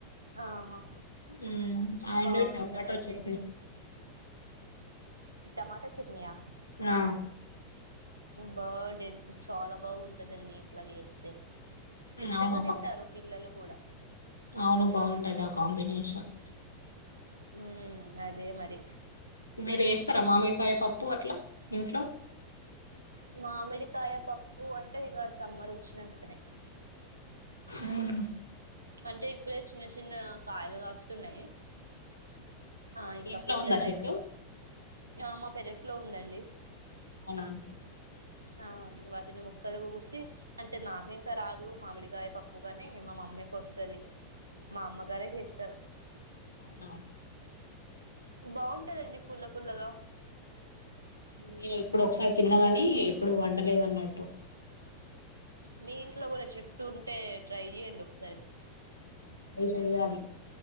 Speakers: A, on the right (about 80°); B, on the left (about 80°).
A: ఆహా
B: ఊ అండ్
A: బాగుంటదండి
B: టమాటో చట్నీ
A: టమాటా చట్నీయా
B: నా
A: బా డెడ్ చాలా బాగుంటదండి ఇట్లా చేస్తే ఇష్టంగా
B: అవును
A: తింటారు పిల్లలు కూడా
B: అవును బావుంటది ఆ కాంబినేషన్
A: ఉ అదే మరి
B: మీరు ఏస్తార మామిడికాయ పప్పు అట్లా ఇంట్లో
A: మామిడికాయ పప్పు అంటే ఇక సమ్మర్ వచ్చినంకనే
B: ఉమ
A: అంటే ఇప్పుడే చిన్న చిన్న కాయలు కాస్తున్నాయి ఆ
B: మీ
A: ఇంకా
B: ఇంట్లో
A: పిందెలయిన
B: ఉందా చెట్టు
A: ఆ మా పెరట్లో ఉందండి
B: అవునా
A: ఆ వాటిని ముక్కలు గోసి అంటే నాక ఇంకా రాదు మామిడికాయ పప్పు కాని మా మమ్మీకి వస్తది మ అమ్మగారే జేస్తారు
B: అవునా
A: బాగుంటదండి పుల్ల పుల్లగా
B: నేను ఇప్పుడు ఒకసారి తిన్నా గని ఎప్పుడు వండలేదన్నట్టు
A: మీ ఇంట్లో గూడా చెట్టు ఉంటే ట్రై జేయండి ఒకసారి
B: ట్రై చెయ్యాలి.